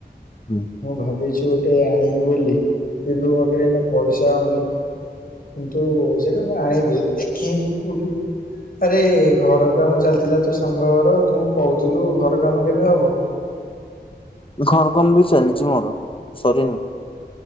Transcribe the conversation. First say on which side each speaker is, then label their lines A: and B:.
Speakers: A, on the left; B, on the left.
A: ହୁଁ।
B: ମୁଁ ଭାବିଛି ଗୋଟେ ଆଣିବି ବୋଲି, କିନ୍ତୁ ମୋ ପାଖରେ ଏଇନା ପଇସା ସା ହଉନି କିନ୍ତୁ ସେଇଟା ମୁଁ ଆଣିବି ଦେଖେ ମୁଁ କୋଉଠି ଆରେ ଘର କାମ ଚାଲିଥିଲା ତୋ ସାଙ୍ଗ ଘର ତୁ କହୁଥିଲୁ ଘର କାମ କେବେ ହବ?
A: ଘର କାମ ବି ଚାଲିଚି ମୋର ସରିନି।